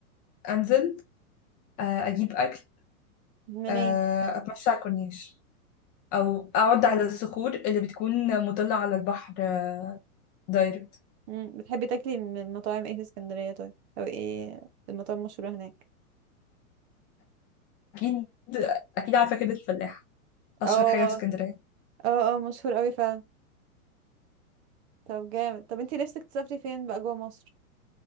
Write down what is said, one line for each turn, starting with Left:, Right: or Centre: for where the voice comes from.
Left: أنزل آه، أجيب أكل
Right: منين
Left: آه، أتمشى على الكورنيش او اقعد على الصخور اللي بتكون مطلة على البحر آه، دايركت
Right: مم. بتحبي تاكلي من مطاعم ايه في اسكندرية طيب او ايه المطاعم المشهورة هناك
Left: اكيد اكيد عارفة كده الفلاح اشهر
Right: اه
Left: حاجة في اسكندرية
Right: اه اه مشهور قوي فعلا طب جامد طب انت نفسك تسافري فين بقى جوه مصر